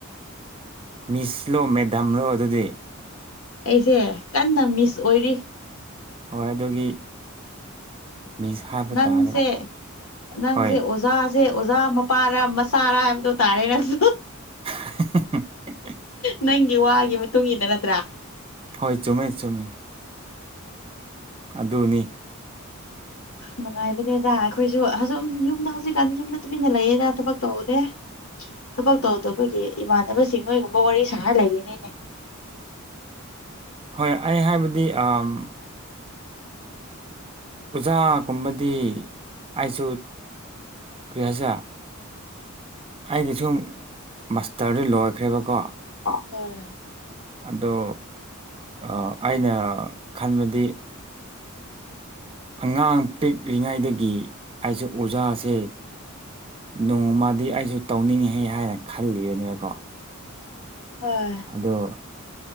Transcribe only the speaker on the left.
ꯑꯩꯁꯦ ꯀꯟꯅ ꯃꯤꯁ ꯑꯣꯏꯔꯤ
ꯅꯪꯁꯦ
ꯅꯪꯁꯦ
ꯑꯣꯖ ꯁꯦ ꯑꯣꯖꯥ ꯃꯄꯥꯔ ꯃꯆꯥꯔ ꯍꯥꯏꯕꯗꯣ ꯇꯥꯔꯦ ꯅꯪꯁꯨ
ꯅꯪꯒꯤ ꯋꯥꯒꯤ ꯃꯇꯨꯡ ꯏꯟꯅ ꯅꯠꯇ꯭ꯔꯥ
ꯅꯨꯡꯉꯥꯏꯕꯅꯦꯗ ꯑꯩꯈꯣꯏꯁꯨ ꯑꯁꯨꯝ ꯌꯨꯝꯗ ꯍꯧꯖꯤꯛꯀꯥꯟ ꯌꯨꯝꯗ ꯇꯨꯃꯤꯟꯅ ꯂꯩꯌꯦꯗ ꯊꯕꯛ ꯇꯧꯗꯦ ꯊꯕꯛ ꯇꯧꯗꯕꯒꯤ ꯏꯃꯥꯟꯅꯕꯁꯤꯡ ꯅꯣꯏꯒꯨꯝꯕ ꯋꯥꯔꯤ ꯁꯥꯔ ꯂꯩꯔꯤꯅꯤꯅꯦ
ꯑꯣ
ꯍꯣꯏ